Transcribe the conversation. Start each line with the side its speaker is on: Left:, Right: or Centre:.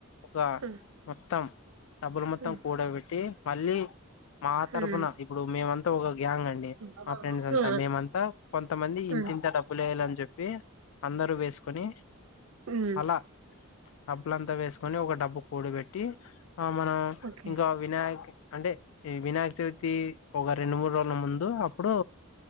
Left: ఒక
Right: హ్మ్
Left: మొత్తం డబ్బులు మొత్తం
Right: హ్మ్
Left: కూడ బెట్టి మల్లి మా తరపున
Right: హ్మ్ హ్మ్
Left: ఇప్పుడు మేమంతా ఒక గ్యాంగ్ అండి,
Right: ఆ
Left: మా ఫ్రెండ్స్ అంతా
Right: ఆ
Left: మేమంతా కొంతమంది ఇన్ ఇంతింత
Right: హ్మ్
Left: డబ్బులేయలన్ చెప్పి అందరూ వేసుకొని
Right: హ్మ్
Left: అలా డబ్బులంతా వేసుక్ కొని ఒక డబ్బు కూడ బెట్టి ఆ మనం
Right: ఓకే
Left: ఇంకా వినాయక్ అంటే ఈ వినాయక చవితి ఒక రెండు మూడు రోజుల ముందు అప్పుడు